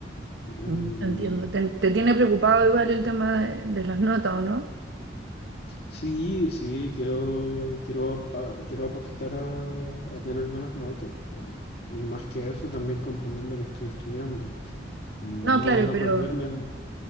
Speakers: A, on the left; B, on the right.
A: Em,
B: Mm. Te entiendo. ¿Te, te tiene preocupado igual el tema de, de las notas, ¿o no?
A: Sí, sí, quiero, quiero, a- quiero apostar a, a tener buenas notas. o sea, y más que eso, también comprender lo que estoy estudiando. Como
B: No,
A: no,
B: claro,
A: no
B: pero,
A: perderme.